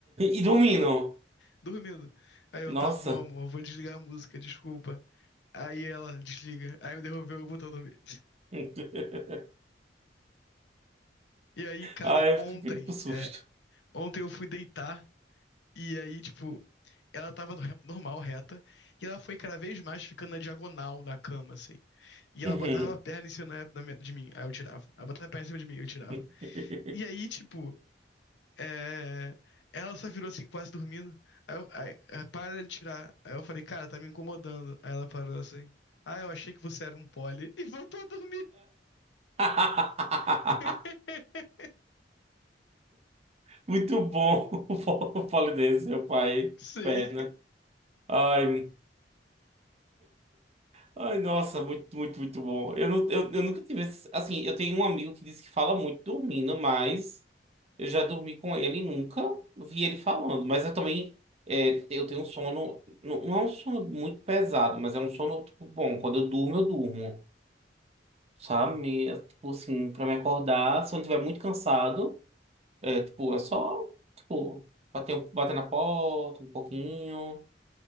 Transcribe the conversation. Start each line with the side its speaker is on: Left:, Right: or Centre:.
Right: E dormindo.
Left: Dormindo. Aí eu,
Right: Nossa.
Left: tá bom, amor, vou desligar a música, desculpa. Aí ela desliga. Aí me devolveu e botou a dormir.
Right: <laughs>
Left: E aí, cara,
Right: Ai,
Left: ontem,
Right: eu fiquei com susto.
Left: é, ontem eu fui deitar e aí, tipo, ela tava no- normal, reta, e ela foi cada vez mais ficando na diagonal na cama, assim. E ela
Right: Uhum.
Left: botava a perna em cima na- na minha- de mim, aí eu tirava. Ela botava a perna em cima de mim, eu tirava.
Right: <laughs>
Left: E aí, tipo, é, ela só virou assim, quase dormindo. Aí eu, aí, aí, para de tirar. Aí eu falei, cara, tá me incomodando. Aí ela parou assim. Ah, eu achei que você era um pole. <laughs> E voltou a dormir.
Right: Ah.
Left: <laughs>
Right: <laughs> Muito bom <laughs> o polonês, meu pai,
Left: Sim.
Right: perna. Ai, ai, nossa, muito, muito, muito bom. Eu, não, eu, eu nunca tive esse, assim, eu tenho um amigo que disse que fala muito dormindo, mas eu já dormi com ele e nunca vi ele falando. Mas eu também, é, eu tenho um sono, não, não é um sono muito pesado, mas é um sono, tipo, bom. Quando eu durmo, eu durmo, sabe? É, Tipo assim, pra me acordar, se eu não estiver muito cansado, é, tipo, é só, tipo... Bater, um, bater na porta um pouquinho.